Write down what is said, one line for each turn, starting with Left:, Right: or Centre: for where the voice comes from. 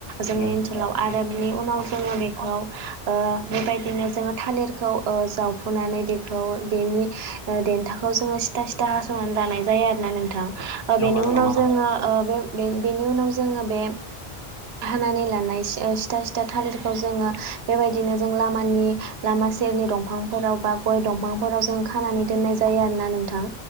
Right: जोंनि
Left: औ
Right: ओनसोलाव आरो बिनि उनाव जोङो बेखौ ओ बेबायदिनो जोङो थालिरखौ ओ जावफुनानै बेखौ बेनि देन्था खौ जोङो सिथा सिथा हास'नानै लानाय जायो आरोना नोंथां ओ
Left: नंगौ
Right: बेनि
Left: नंगौ
Right: उनाव
Left: नोंथां
Right: जोङो ओ बे बे बेनि उनाव जोङो बे हानानै लानाय सि सिथा सिथा थालिरखौ जोङो बेबायदिनो जों लामानि लामा सेरनि दंफांफोराव बा गय दंफांफोराव जों खानानै दोननाय जायो जायो‌ आरोना नोंथां